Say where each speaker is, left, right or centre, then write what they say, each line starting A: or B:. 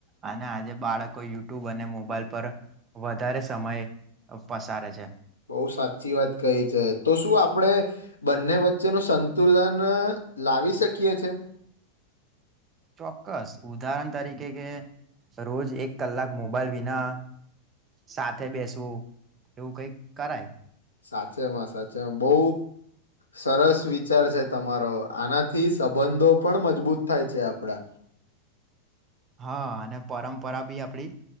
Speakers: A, on the right; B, on the left.
A: અને આજે બાળકો યુટ્યુબ અને મોબાઈલ પર વધારે સમય પસારે છે
B: બહ સાચી વાત કહી છે તો શું આપડે બંને વચ્ચે ન સંતુલન લાવી શકીએ છે
A: ચોક્કસ ઉદાહરણ તરીકે કે રોજ એક કલાક મોબાઈલ વિના સાથે બેસવું એવું કઈક કરાય
B: સાચેમાં સાચેમાં બહુ સરસ વિચાર છે તમારો આનાથી સંબંધો પણ મજબૂત થાય છે આપડા
A: હા અને પરંપરા બી આપડી